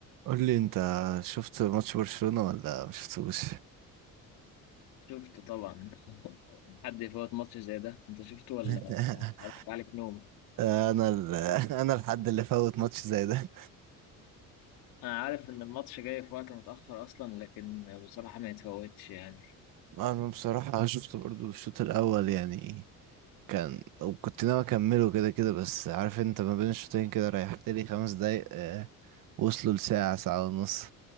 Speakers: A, on the right; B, on the left.
A: قول لي انت شفت ماتش برشلونة ولا ما شفتوش
B: شفته طبعا <laughs> حد يفوت ماتش زي ده انت شفته ولا
A: <laughs>
B: اركب عليك نوم
A: انا ال... <laughs> انا الحد اللي فوت ماتش زي ده
B: انا عارف ان الماتش جاي في وقت متأخر اصلا لكن بصراحة ما يتفوتش يعني
A: انا بصراحة <laughs> شفته برضو الشوط الاول يعني كان وكنت ناوي اكمله كده كده بس عارف انت ما بين الشوطين كده ريحت لي خمس دقايق آه، وصلوا لساعة ساعة ونص